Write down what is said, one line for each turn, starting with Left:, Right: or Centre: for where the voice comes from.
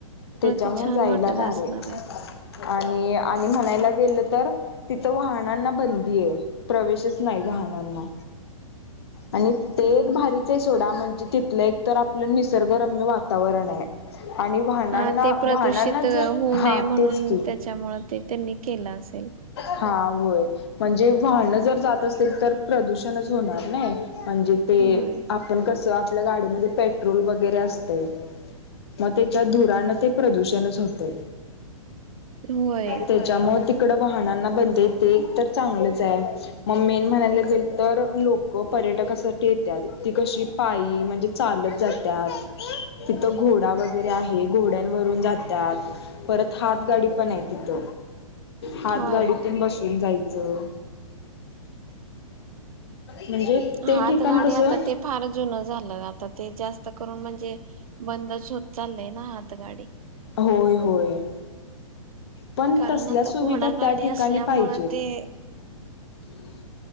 Left: त्याच्यामुळे
Right: ते छान
Left: जायला
Right: वाटत
Left: भारी
Right: असणार
Left: आहे आणि आणि म्हणायला गेलं तर तिथं वाहनांना बंदी आहे प्रवेशच नाही वाहनांना आणि ते
Right: हा
Left: एक भारीच आहे सोडा म्हणजे तिथलं एक तर आपलं निसर्गरम्य वातावरण आहे. आणि वाहनांना
Right: ह ते प्रदूषित
Left: वाहनांना
Right: होऊ
Left: जर हा
Right: नये म्हणून
Left: तेच की
Right: त्याच्यामुळे ते त्यानी केलं असेल.
Left: हा होय म्हणजे वाहनं जर जात असेल तर प्रदूषणच होणार नाही म्हणजे ते
Right: होय
Left: आपण कस आपल्या गाडीमध्ये पेट्रोल वगैरे असते. मग त्याच्या धुरानं ते प्रदूषणच होतं.
Right: होय
Left: त्याच्यामुळ तिकडं वाहनांना बंदी ते एक तर चांगलंच आहे मग मी म्हणायला गेले तर लोक व पर्यटकासाठी येतात ती कशी पायी म्हणजे चालत जातात. तिथं घोडा वगैरे आहे घोड्यांवरून जातात. परत हात गाडी पण आहे तिथ हात
Right: होय.
Left: गाडीतून बसून जायचं. म्हणजे ते
Right: हातगाडी
Left: ठिकाण कसं
Right: आता ते फार जुनं झालं आता ते जास्त करून म्हणजे बंदच होत चाललंय ना आता गाडी
Left: होय होय पण
Right: कारण
Left: तसल्या
Right: आता
Left: सुविधा
Right: घोडागाडी
Left: त्या ठिकाणी
Right: असल्यामुळे
Left: पाहिजेत.
Right: ते
Left: ह <inaudible>